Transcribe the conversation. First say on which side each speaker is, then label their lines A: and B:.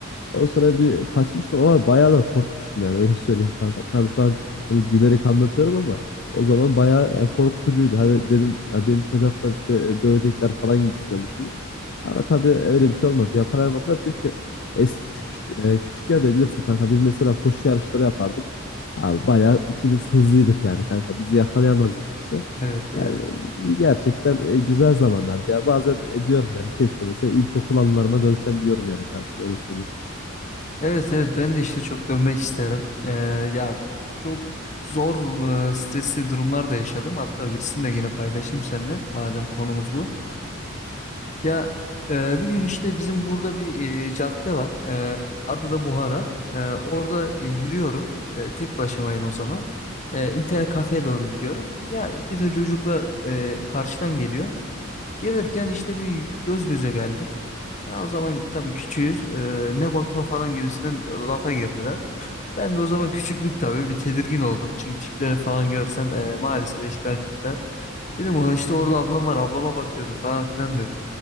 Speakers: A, on the left (about 55°); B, on the left (about 35°).
A: Ondan sonra bir kaçmıştım ama bayağı da korkmuştum yani öyle söyleyeyim kanka. Tabii şu an hani gülerek anlatıyorum ama o zaman bayağı e, korkutucuydu. Hani dedim ya beni tutacaklar işte e, dövecekler falan gibisinden düşündüm. Ama tabii öyle bir şey olmadı. Yakalayamadılar çünkü eski küçük e, küçük yerde bilirsin kanka biz mesela koşu yarışları yapardık. Abi bayağı ikimiz hızlıydık yani kanka. Bizi yakalayamazdı kimse.
B: Evet evet.
A: Yani e, gerçekten e, güzel zamanlardı ya. Bazen e, diyorum yani keşke mesela ilkokul anılarıma dönsem diyorum yani kanka böyle söyleyeyim.
B: Evet evet ben de işte çok dönmek isterim. Ee, ya çok zor e, stresli durumlar da yaşadım. Hatta birisini de yine paylaşayım seninle madem konumuz bu. Ya e, bir gün işte bizim burada bir e, cadde var. E, adı da Buhara. E, orada e, yürüyorum. E, tek başımayım o zaman. E, internet kafeye doğru gidiyorum. Ya iki de çocukla e, karşıdan geliyor. Gelirken işte bir göz göze geldik. Ya o zaman tabii küçüğüz. E, ne bakıyor falan gibisinden lafa girdiler. Ben de o zaman küçüklük tabii bir tedirgin oldum. Çünkü tipleri falan görsen e, maalesef eşkal tipler. Dedim "Ulan işte orada ablam var ablama bakıyorum falan filan